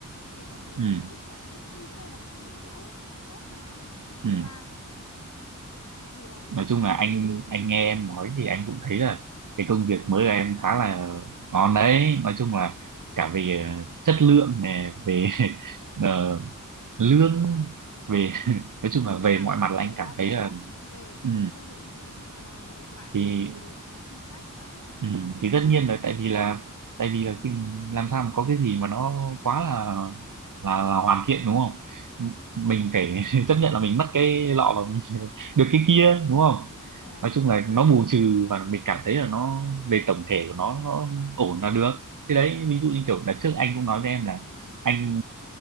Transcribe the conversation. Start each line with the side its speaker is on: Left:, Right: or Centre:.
Left: thì em thấy
Right: Ừ.
Left: rất
Right: ừ
Left: là thích và em em nghĩ đây là một cái điểm đỗ tốt cho em cho tương
Right: ừ
Left: lai vì là
Right: nói chung là anh anh
Left: ừ,
Right: nghe em nói thì anh cũng thấy là cái công việc mới của em khá là ngon đấy nói chung là cả về ờ, chất lượng này về <laughs>
Left: vâng,
Right: ờ, lương về
Left: chỗ đấy
Right: <laughs> nói chung là
Left: nhưng
Right: về
Left: mà lại
Right: mọi mặt là
Left: lại
Right: anh
Left: khó
Right: cảm
Left: tìm
Right: thấy là
Left: khách về
Right: ừ,
Left: được xây dựng như thế nhưng mà ngược lại
Right: thì
Left: thì mình mình lại khó tìm khách đó không
Right: ừ,
Left: phải đơn giản
Right: thì tất
Left: đâu
Right: nhiên là tại vì là tại vì là cái- làm sao mà có cái gì mà nó quá là là, là hoàn thiện đúng không mình phải <laughs> chấp nhận là mình mất cái lọ và mình <laughs> được cái
Left: dạ
Right: kia đúng không
Left: dạ
Right: nói chung là nó bù trừ và mình cảm thấy là nó về tổng thể của nó nó ổn là được thế đấy ví dụ như kiểu đợt trước anh cũng nói với em là anh